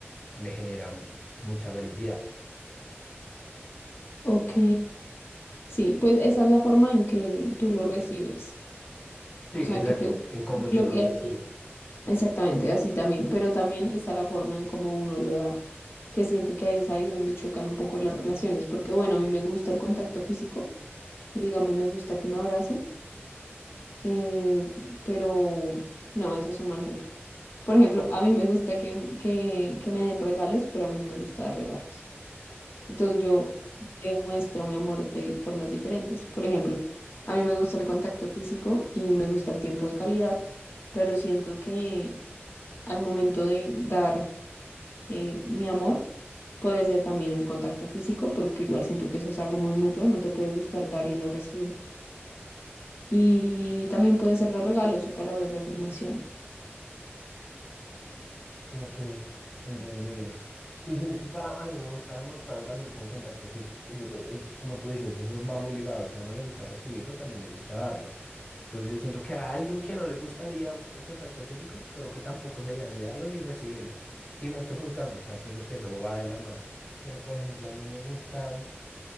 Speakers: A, on the left; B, on the left.
A: me genera mucha felicidad.
B: Ok, sí, pues esa es la forma en que tú lo recibes,
A: Sí,
B: o sea,
A: exacto,
B: en que te gusta
A: en cómo yo
B: lo- y
A: lo recibo.
B: así, exactamente, así también, pero también está la forma en cómo uno lo da, que siento que ahí es ahí donde chocan un poco las relaciones, porque bueno, a mí me gusta el contacto físico y digamos me gusta que me abracen, eh, pero no, eso es un mal ejemplo. Por ejemplo, a mí me gusta que, que, que me den regalos, pero a mí no me gusta dar regalos. Entonces yo te muestro mi amor de formas diferentes. Por ejemplo, a mí me gusta el contacto físico y me gusta el tiempo de calidad, pero siento que al momento de dar eh, mi amor puede ser también el contacto físico, porque igual siento que eso es algo muy mutuo, no te puede gustar dar y no recibir. Y también puede ser los regalos o palabras de afirmación.
A: Ok, entendible. Yo siento que para a mí me gusta demostrarlo también con contacto físico. Yo, eh, como tú dices, eso va muy ligado. Si a uno le gusta recibirlo, también le gusta darlo. Entonces yo siento que a alguien que no le gustaría un contacto físico, creo que tampoco sería ni darlo ni recibirlo. Y no estoy juzgando, o sea, siento que eso va de la mano. Pero por ejemplo, a mí me gusta,